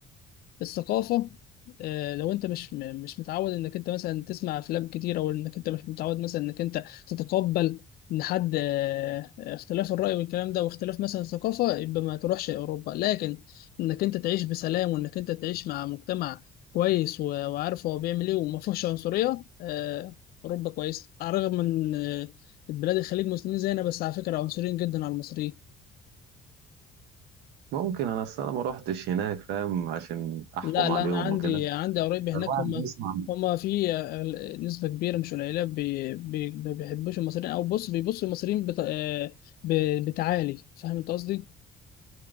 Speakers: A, on the left; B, on the right.
A: الثقافة آه، لو انت مش م- مش متعود انك انت مثلا تسمع افلام كتير او انك انت مش متعود مثلا انك انت تتقبل ان حد آه، اختلاف الرأي والكلام ده واختلاف مثلا الثقافة يبقى ما تروحش اوروبا لكن انك انت تعيش بسلام وانك انت تعيش مع مجتمع كويس و- وعارف هو بيعمل ايه وما فيهوش عنصرية آه، اوروبا كويس على الرغم من آه، البلاد الخليج مسلمين زينا بس على فكرة عنصريين جدا على المصريين
B: ممكن انا اصل انا ما روحتش هناك فاهم عشان احكم
A: لا لا
B: عليهم
A: انا عندي
B: وكده
A: عندي قرايبي هناك
B: فالواحد
A: هم
B: بيسمع
A: هم في آه، نسبه كبيره مش قليله بي- بي- ما بيحبوش المصريين او بص بيبصوا المصريين بت... آه، ب- بتعالي فاهم انت قصدي